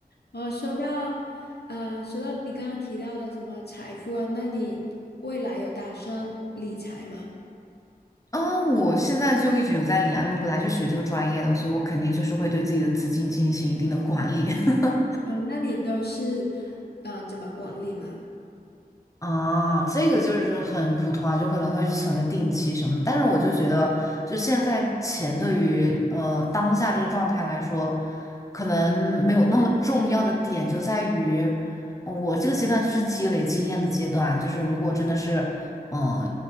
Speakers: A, on the left; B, on the left.
A: 哦，说到，呃，说到你刚刚提到的什么财富啊，那你未来有打算理财吗？
B: 啊，我现在就一直有在理啊，因为我本来就学这个专业的，所以我肯定就是会对自己的资金进行一定的管理。<laughs>
A: 哦，那你都是呃怎么管理呢？
B: 啊，这个就是很普通啊，就可能会存个定期什么的但是我就觉得，就现在钱对于呃当下这个状态来说，可能没有那么重要的点就在于，呃我这个阶段就是积累经验的阶段。就是如果真的是，嗯、